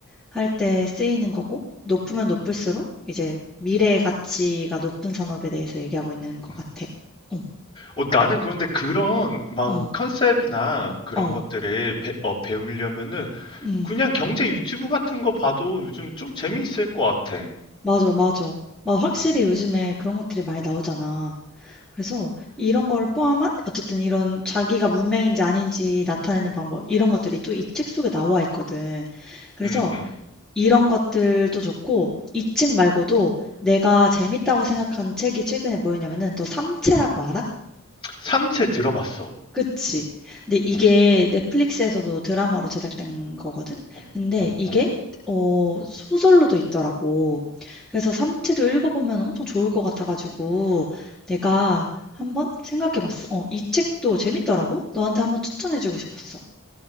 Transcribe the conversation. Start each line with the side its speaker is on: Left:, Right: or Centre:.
Centre: 할 때 쓰이는 거고, 높으면 높을수록
Left: 음.
Centre: 이제 미래 가치가 높은 산업에 대해서 얘기하고 있는 것
Left: 음.
Centre: 같아. 어,
Left: 어, 나는 그런데 그런 막
Centre: 어,
Left: 컨셉이나 그런
Centre: 어,
Left: 것들을 배, 어, 배우려면은
Centre: 음,
Left: 그냥 경제 유튜브 같은 거 봐도 요즘 좀 재미있을 것 같아.
Centre: 맞아, 맞아. 맞아. 확실히
Left: 음,
Centre: 요즘에 그런 것들이 많이 나오잖아. 그래서 이런 거를 포함한 어쨌든 이런 자기가 문맹인지 아닌지 나타내는 방법 이런 것들이 또 이 책 속에 나와 있거든. 그래서
Left: 음, 음.
Centre: 이런 것들도 좋고 이 책 말고도 내가 재밌다고 생각한 책이 최근에 뭐였냐면은 너 삼체라고 알아?
Left: 삼체 들어봤어.
Centre: 그치. 근데 이게
Left: 어,
Centre: 넷플릭스에서도 드라마로 제작된 거거든?
Left: 어,
Centre: 근데
Left: 어,
Centre: 이게
Left: 어.
Centre: 어, 소설로도 있더라고. 그래서 삼체도 읽어보면 엄청 좋을 것 같아가지고 내가 한번 생각해봤어. 어, 이 책도 재밌더라고? 너한테 한번 추천해주고 싶었어.